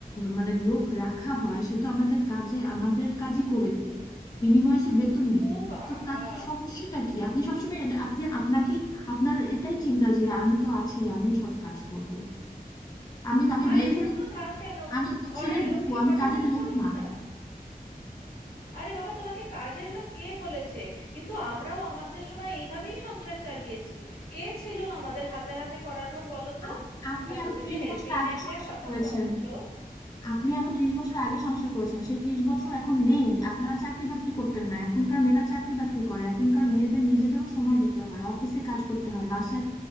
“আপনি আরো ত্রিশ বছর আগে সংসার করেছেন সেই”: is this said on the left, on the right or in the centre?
Left